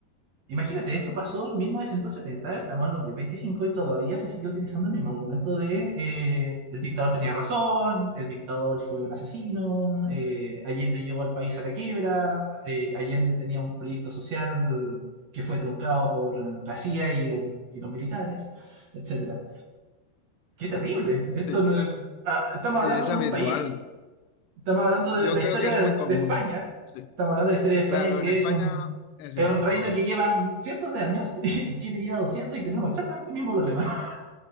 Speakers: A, on the right; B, on the left.
A: Imagínate, esto pasó en 1970, estamos en 2025 y todavía se sigue utilizando el mismo argumento de eh, el dictador tenía razón, el dictador fue un asesino, eh, Allende llevó al país a la quiebra, eh, Allende tenía un proyecto social que fue truncado por la CIA y, y los militares, etcétera. ¡Qué terrible! Esto
B: Sí,
A: no, ah, estamos
B: es
A: hablando de
B: habitual.
A: un país estamos hablando de
B: Yo
A: la
B: creo
A: historia
B: que es muy
A: de
B: común.
A: España.
B: Sí.
A: Estamos hablando de la historia de España,
B: Claro,
A: que
B: en España
A: es un,
B: es
A: es
B: igual,
A: un reino
B: sí.
A: que lleva cientos de años <laughs> y Chile lleva 200 y tenemos exactamente el mismo problema. <laughs>